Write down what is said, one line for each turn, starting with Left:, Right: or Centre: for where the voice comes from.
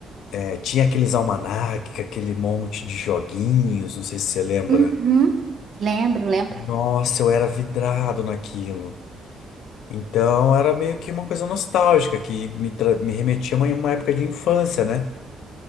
Left: é, tinha aqueles almanac, aquele monte de joguinhos, não sei se você lembra.
Right: Uhum. Lembro, lembro.
Left: Nossa, eu era vidrado naquilo. Então era meio que uma coisa nostálgica que me, tra- me remetia a uma uma época de infância, né?